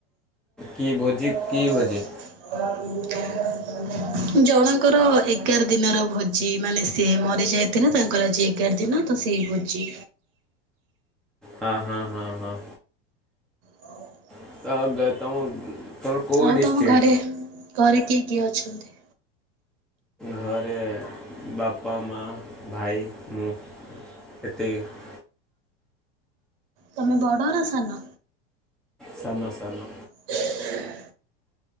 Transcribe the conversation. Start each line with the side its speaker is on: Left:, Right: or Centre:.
Centre: କି ଭୋଜି?
Right: ହଉ। <unintelligible>
Centre: କି ଭୋଜି
Right: ଜଣଙ୍କର ଏଗାର ଦିନର ଭୋଜି ମାନେ ସେ ମରି ଯାଇଥିଲା ତାଙ୍କର ଆଜି ଏଗାର ଦିନ ତ ସେଇ ଭୋଜି।
Centre: ହଁ ହଁ ହଁ ହଁ।
Right: ହଁ <inaudible>
Centre: <unintelligible>
Right: ଆଉ
Centre: ଡିଷ୍ଟ୍ରିକ୍ଟ
Right: ତମ ଘରେ ଘରେ କିଏ କିଏ ଅଛନ୍ତି?
Centre: ଘରେ ବାପା ମା ଭାଇ ମୁଁ ଏତିକି।
Right: ତୁମେ ବଡ଼ ନା ସାନ?
Centre: ସାନ ସାନ।
Right: <unintelligible>